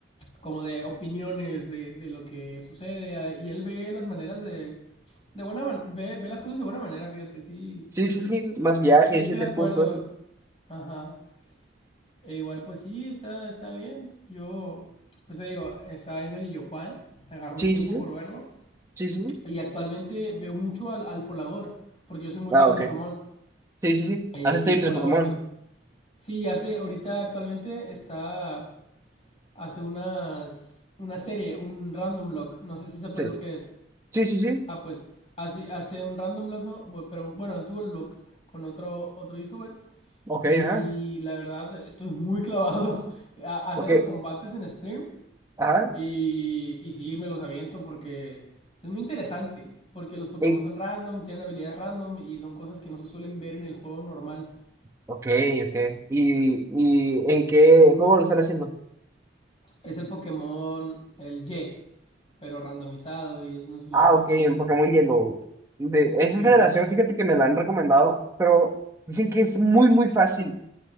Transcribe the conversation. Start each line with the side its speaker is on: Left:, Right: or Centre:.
Left: como de opiniones de, de lo que sucede. a- Y él ve las maneras de. De buena man- ve, ve las cosas de buena manera, fíjate, sí.
Right: Sí, sí, sí, más viajes
Left: Sí,
Right: y
Left: estoy
Right: ese
Left: de acuerdo.
Right: tipo de cosas.
Left: Ajá. E igual, pues sí, está, está bien. Yo, pues te digo, estaba viendo el Illo Juan, agarró
Right: Sí,
Left: un tiempo
Right: sí, sí,
Left: por verlo.
Right: sí, sí. sí.
Left: Y actualmente veo mucho al, al Folagor, porque yo soy muy
Right: Ah,
Left: fan de
Right: ok.
Left: Pokémon.
Right: Sí, sí, sí.
Left: Eh,
Right: Hace streams
Left: y Folagor,
Right: de Pokémon.
Left: pues sí, hace, ahorita actualmente está hace unas, una serie, un random lock. No sé si sepas
Right: Sí,
Left: lo que es.
Right: sí, sí, sí.
Left: Ah, pues hace, hace un random lock, ¿no? pero bueno, es dual lock con otro, otro youtuber.
Right: Ok,
Left: Y
Right: ajá.
Left: la verdad, estoy muy clavado. <laughs> Hace
Right: Ok,
Left: los combates en stream.
Right: ajá.
Left: Y, y sí, me los aviento porque es muy interesante. Porque los Pokémon
Right: Y-
Left: son random, tienen habilidades random y son cosas que no se suelen ver en el juego normal.
Right: ok, ok. ¿Y, y en qué juego lo están haciendo?
Left: Es el Pokémon, el Y, pero randomizado y es Nuzlocke
Right: Ah, ok,
Left: y así.
Right: en Pokémon Yellow. De esa
Left: Ujú.
Right: generación, fíjate que me la han recomendado, pero dicen que es muy, muy fácil.